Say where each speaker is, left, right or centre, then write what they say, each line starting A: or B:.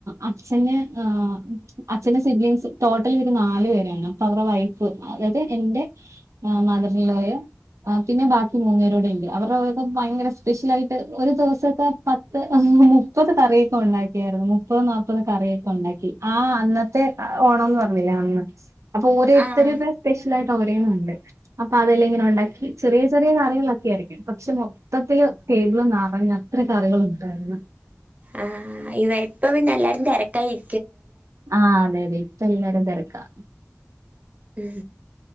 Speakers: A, on the right (about 80°); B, on the right (about 35°).
A: അച്ഛന് ആ അച്ഛൻ സിഡലിങ്സ് ടോട്ടൽ ഒരു നാല് പേരാണ് അപ്പൊ അവരുടെ വൈഫ് അതായത് എന്റെ മദർലോയും പിന്നെ ബാക്കി മൂന്നേരോടെണ്ട് അവരുടെക്കെ ഭയങ്കര സ്പെഷ്യലായിട്ട് ഒരു ദിവസൊക്കെ പത്ത് മു മുപ്പത് കറി ഒക്കെണ്ടാക്കിയായിരുന്നു മുപ്പത് നാൽപ്പത് കറിയൊക്കെണ്ടാക്കി ആ അന്നത്തെ ആ ഓണംന്ന് പറഞ്ഞില്ലേ അന്ന് അപ്പൊ ഓരേരുത്തരെ
B: ആഹ്
A: സ്പെഷ്യൽ ആ <unintelligible> രണ്ട് അപ്പൊ അതെല്ലാം ഇങ്ങനെ ഉണ്ടാക്കി ചെറിയ ചെറിയ കാര്യങ്ങളൊക്കെ ആയിരിക്കും പക്ഷെ മൊത്തത്തില് ടേബിള് നറയെ അത്ര കറികളുണ്ടായിരുന്നു
B: ആ ഇവപ്പൊ പിന്നെ എല്ലാരും തെരക്കായിരി
A: ആ അതെ അതെ എല്ലരും തിരക്കാ
B: ഉം